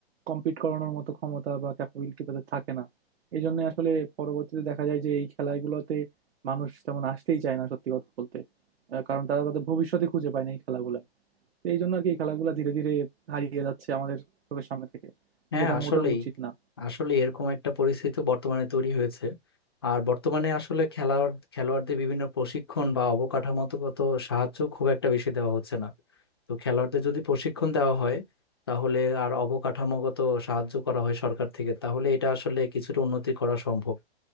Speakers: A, on the right; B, on the left.
A: কম্পিট করানোর মতো ক্ষমতা বা ক্যাপাবিলিটি তাদের থাকে না এই জন্য আসলে পরবর্তীতে দেখা যায় যে এই খেলাগুলোতে মানুষ তেমন আসতেই চায় না সত্যি কথা বলতে আহ, কারণ তারা তাদের ভবিষ্যতে খুঁজে পায় না এই খেলাগুলায় তো এই জন্য আর কি এই খেলাগুলো ধীরে ধীরে হারিয়ে যাচ্ছে আমাদের চোখের সামনে থেকে
B: হ্যাঁ
A: যেটা
B: আসলেই
A: মোটেও উচিত না
B: আসলে এরকম একটা পরিস্থিতি বর্তমানে তৈরি হয়েছে আর বর্তমানে আসলে খেলোয়াড় খেলোয়াড়দের বিভিন্ন প্রশিক্ষণ বা অবকাঠামোগত সাহায্য খুব একটা বেশি দেওয়া হচ্ছে না তো খেলোয়াড়দের যদি প্রশিক্ষণ দেওয়া হয় তাহলে আর অবকাঠামোগত সাহায্য করা হয় সরকার থেকে তাহলে এটা আসলে কিছুটা উন্নতি করা সম্ভব